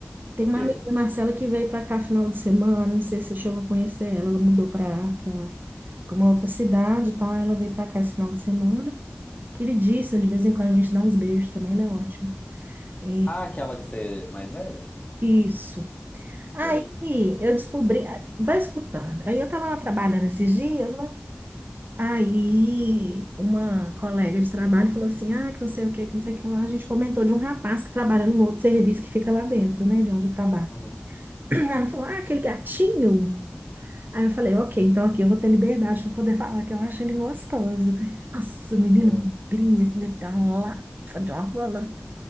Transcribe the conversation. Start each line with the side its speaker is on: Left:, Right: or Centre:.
Right: tem
Left: O quê?
Right: uma amiga da Marcela que veio para cá final de semana, não sei se você chegou a conhecer ela, ela mudou para para uma outra cidade e tal, ela veio para cá esse final de semana. Queridíssima, de vez em quando a gente dá uns beijos também, ela é ótima. É,
Left: Ah, aquela que você é mais velha?
Right: isso.
Left: Sei.
Right: Aí eu descobri, vai escutando. Aí eu tava lá trabalhando esses dias, né? Aí uma colega de trabalho falou assim: ah, que não sei o que, que não sei o que lá. A gente comentou de um rapaz que trabalha num outro serviço que fica lá dentro, né? De onde eu trabalho.
Left: Uhum.
Right: Ela falou, ah, aquele gatinho. Aí eu falei, ok, então aqui eu vou ter liberdade para poder falar que eu acho ele gostoso, né? Nossa, o menino
Left: Hum,
Right: magrinho, assim, deve ter uma lapa de uma rola.